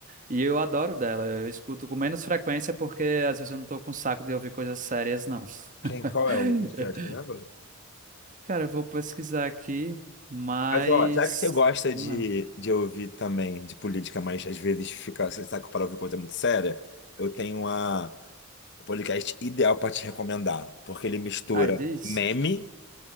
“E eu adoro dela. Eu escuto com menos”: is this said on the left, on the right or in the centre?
Right